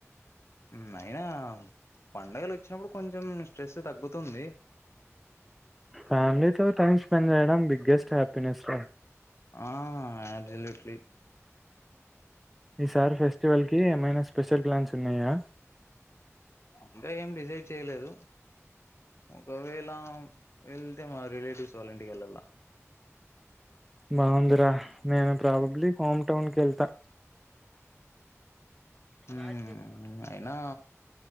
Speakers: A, on the left; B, in the centre.
A: ఉ అయినా పండగలొచ్చినబ్బుడు కొంచం స్ట్రెస్సు తగ్గుతుంది
B: ఫ్యామ్లీతో టైమ్ స్పెండ్ జేయడం బిగ్గెస్ట్ హ్యాపీనెస్రా
A: ఆ యాబ్జుల్యూట్లీ
B: ఈ సారి ఫెస్టివల్ కి ఏమైనా స్పెషల్ ప్లాన్సున్నాయా
A: ఇంగా ఏం డిసైడ్ చేయ్లేదు ఒకవేళ వెళ్తే మా రిలేటివ్స్ వాళ్ళ ఇంటికి ఎళ్ళళ్ళ
B: బావుందిరా నేను ప్రాబబ్లీ హోమ్ టౌన్ కి ఎళ్తా ప్లాస్టిక్
A: ఉమ్ అయినా